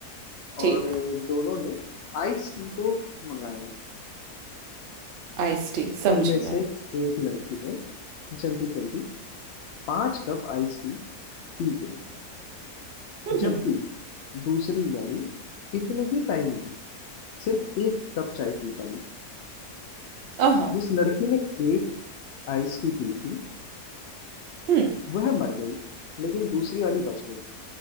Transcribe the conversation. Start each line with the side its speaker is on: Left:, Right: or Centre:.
Left: और
Right: ठीक
Left: uh, दोनों ने आइस टी को मंगाया
Right: आइस टी समझी
Left: उनमें से
Right: मैं
Left: एक लड़की ने जल्दी जल्दी पांच कप आइस टी पी गई
Right: हम्म
Left: जबकि दूसरी वाली इतने ही टाइम में सिर्फ एक कप चाय पी पाई
Right: हाँ
Left: जिस लड़की ने एक आइस टी पी थी
Right: हम्म
Left: वह मर गई लेकिन दूसरी वाली बच गई